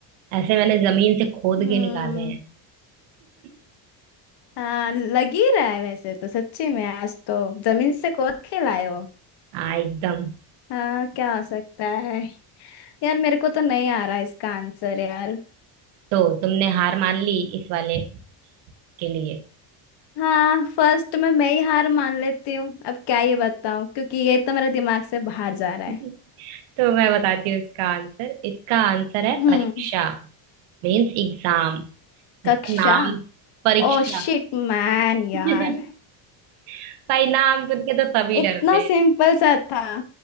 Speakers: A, on the right; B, on the left.
A: ऐसे मैंने जमीन से खोद
B: हम्म
A: के निकाले हैं <laughs>
B: हाँ लग ही रहा है वैसे तो सच्ची में आज तो जमीन से खोद के लाए हो
A: हाँ एकदम
B: हाँ क्या हो सकता है यार मेरे को तो नहीं आ रहा इसका आंसर यार
A: तो तुमने हार मान ली इस वाले के लिए
B: हाँ फर्स्ट में मैं ही हार मान लेती हूँ अब क्या ये बताऊँ क्योंकि ये तो मेरे दिमाग से बाहर जा रहा
A: <laughs>
B: है
A: तो मैं बताती हूँ इसका आंसर इसका आंसर है
B: हम्म
A: परीक्षा Means exam
B: कक्षा
A: इसका नाम परीक्षा
B: ओ शिट मैन यार
A: <laughs> भाई नाम सुन के तो सभी
B: इतना
A: डरते हैं
B: सिंपल सा था